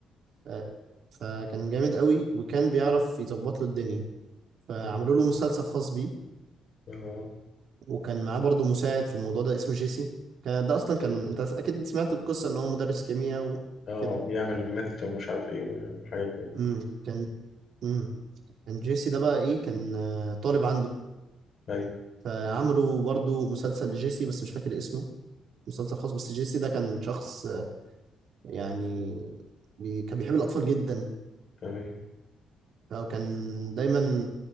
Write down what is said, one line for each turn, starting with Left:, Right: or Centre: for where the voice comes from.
Right: آه، فكان جامد قوي وكان بيعرف يظبط له الدنيا فعملوا
Left: مم.
Right: له مسلسل خاص بيه
Left: اه
Right: وكان معاه برضه مساعد في الموضوع ده اسمه جيسي كان- ده اصلا كان انت اكيد سمعت القصة ان هو مدرس كيمياء
Left: آه،
Right: وكده
Left: بيعمل ميث ومش عارف ايه وحاجات كده
Right: امم كان امم كان جيسي ده بقى ايه كان آه، طالب عنده
Left: أيوة
Right: فعملوا برضو مسلسل لجيسي بس مش فاكر اسمه مسلسل خاص بس جيسي ده كان شخص آه، يعني بي كان بيحب الأطفال جدا
Left: تمام
Right: فكان دايما